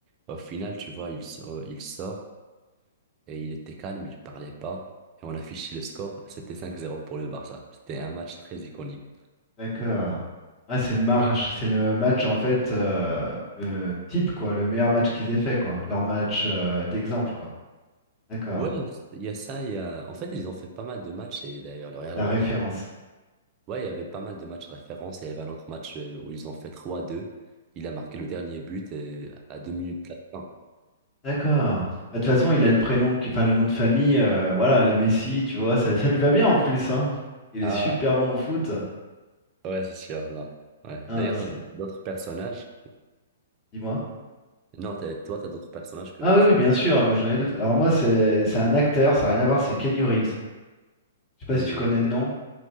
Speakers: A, on the right; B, on the left.
A: Au final, tu vois, il, so- il sort et il était calme, il parlait pas et on <laughs> affichait le score. C'était 5-0 pour le Barça. C'était un match très iconique.
B: D'accord. Ah, c'est le match, c'est le match en fait euh, le type quoi, le meilleur match qu'ils aient fait quoi, leur match euh, d'exemple quoi. D'accord.
A: Ouais, il y a il y a ça, il y a... En fait, ils ont fait pas mal de matchs et d'ailleurs, le Real
B: La
A: Madrid.
B: référence.
A: Ouais, il y avait pas mal de matchs références. Il y avait un autre match euh, où ils ont fait trois deux. Il a marqué le dernier but euh, à deux minutes de la fin.
B: D'accord. Bah, de toute façon, il a le prénom, qui- enfin le nom de famille, euh, voilà, le Messi, tu vois, ça, ça lui va bien en plus, hein. Il
A: Ah,
B: est super bon au foot.
A: ouais, c'est sûr, non. Ouais.
B: Hein,
A: D'ailleurs,
B: c'est-
A: euh, d'autres personnages.
B: dis-moi.
A: Non, t'as- toi, t'as d'autres personnages que
B: Ah oui,
A: tu
B: oui, bien
A: aimes.
B: sûr, moi j'en ai d'autres. Alors moi, c'est c'est un acteur, ça n'a rien à voir, c'est Kenny Reeves. Je sais pas
A: Euh,
B: si tu connais le nom.